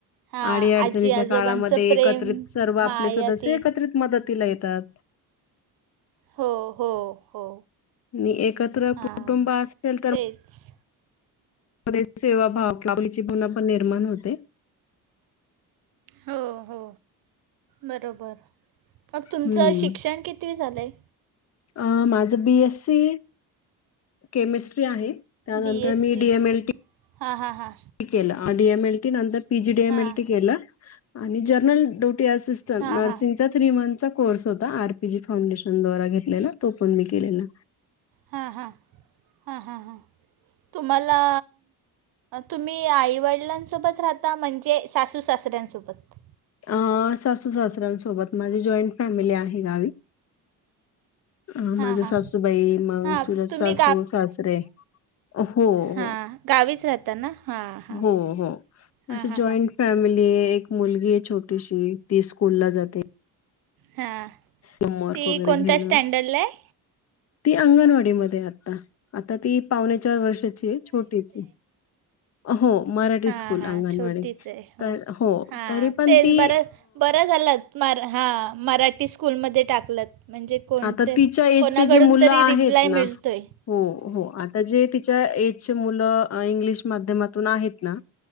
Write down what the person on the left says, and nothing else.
अडी अडचणीच्या
काळामध्ये
एकत्रीत सर्व आपले
सदस्य
एकत्रीत मदतीला येतात.
आणि एकत्र
कुटुंब असेल तर
मध्ये सेवाभाव आपलीचीपणा निर्माण होते.
हम्म.
अ माझं बी एस सी केमिस्ट्री आहे. त्यानंतर
मी
डीएमएलटी
केलं डी एम एल टी नंतर पीजी डी एम
एल टी केलं आणि जर्नल ड्युटी असि नर्सिंगचा
थ्री मंथचा कोर्स होता आर पी जी फाउंडेशनद्वारा घेतलेला तो पण मी केलेला.
अ सासू-सासऱ्यांसोबत माझी जॉईंट फॅमिली आहे गावी. अ
माझ्या
सासूबाई मंग
चुलत
सासू सासरे. हो.
हो,
हो हो
असे
जॉईंट.
फॅमिली आहे एक मुलगी आहे छोटीशी ती स्कूल ला जाते.
होमवर्क
वगैरे
घेणं.
ती अंगणवाडीमध्ये आहे आत्ता, आता ती पावणे चार वर्षाची छोटीच आहे. हो मराठी
स्कूल
अंगणवाडी
हो
तरी पण
ती.
आता तिच्या एजचे
जे मुलं
आहेत
ना,
हो हो आता जे तिच्या एजचे. मुलं इंग्लिश माध्यमातुन आहेत ना